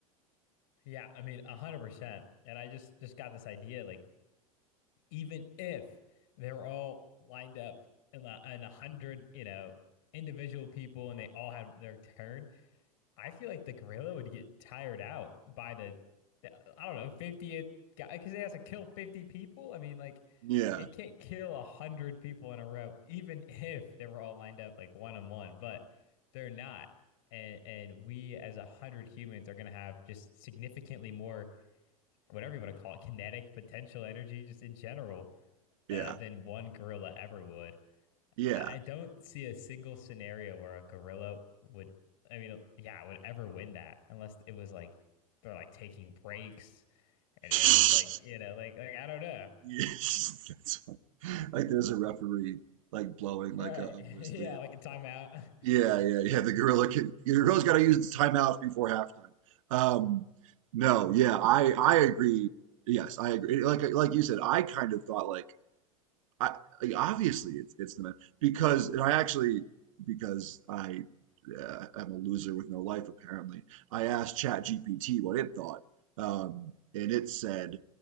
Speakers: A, on the left; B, on the right.
A: yeah I mean a hundred percent and I just just got this idea like even if they're all lined up and a hundred you know individual people and they all had their turn I feel like the gorilla would get tired out by the, I don't know, 50th guy because it has to kill 50 people. I mean, like,
B: Yeah,
A: it can't kill 100 people in a row, even if they were all lined up like one on one, but they're not. And, and we, as 100 humans, are going to have just significantly more, whatever you want to call it, kinetic potential energy, just in general,
B: yeah,
A: uh, than one gorilla ever would.
B: yeah.
A: I I don't see a single scenario where a gorilla would, I mean, yeah, would ever win that unless it was like they're like taking breaks and or
B: <laughs>
A: it's like, you know, like like I don't know.
B: Yes, <laughs> that's what- like there's a referee like blowing
A: Right.
B: like a, a
A: <laughs>
B: whistle.
A: Yeah,
B: Yeah.
A: like a timeout. <laughs>
B: yeah, yeah, yeah. The gorilla can. Your gorilla's got to use its timeouts before halftime. Um, no, yeah, I I agree. Yes, I agree. Like like you said, I kind of thought like I like, obviously it's it's the men because I actually because I uh, am a loser with no life apparently. I asked Chat GPT what it thought, um, and it said